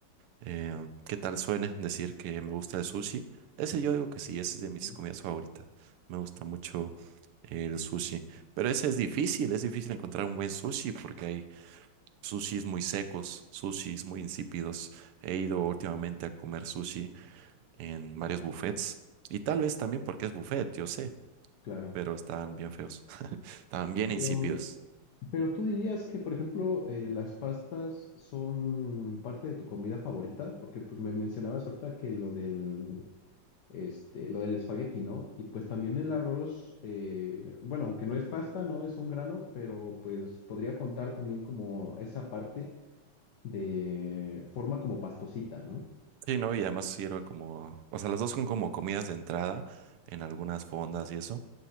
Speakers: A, on the right (about 85°); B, on the left (about 60°).
A: eh, qué tal suene decir que me gusta el sushi. Ese yo digo que sí, ese es
B: ok,
A: de mis comidas favoritas. Me gusta mucho eh, el sushi, pero ese es difícil, es difícil encontrar un buen sushi porque hay sushis muy secos, sushis muy insípidos. He ido últimamente a comer sushi en varios buffets. Y tal vez también porque es buffet, yo sé,
B: Claro.
A: pero estaban bien feos, <laughs> estaban bien
B: Pero
A: insípidos.
B: Pero tú dirías que, por ejemplo, eh, las pastas son parte de tu comida favorita, porque pues me mencionabas ahorita que lo del, este, lo del espagueti, ¿no? Y pues también el arroz, eh, bueno, aunque no es pasta, no es un grano, pero pues podría contar también como esa parte de forma como pastosita, ¿no?
A: Sí, ¿no? Y además sirve como, o sea, los dos son como comidas de entrada en algunas fondas y eso.